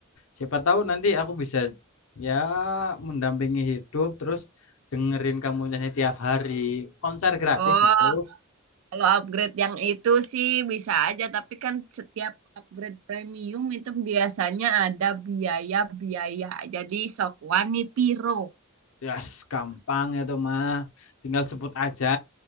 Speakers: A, on the left; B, on the right.
A: Siapa tahu nanti aku bisa ya mendampingi hidup terus dengerin kamu nyanyi tiap hari. Konser gratis
B: Oh,
A: itu.
B: Kalau upgrade yang itu sih bisa aja, tapi kan setiap upgrade premium itu biasanya ada biaya-biaya. Jadi sok wani piro.
A: Yes, gampang itu mah. Tinggal sebut aja.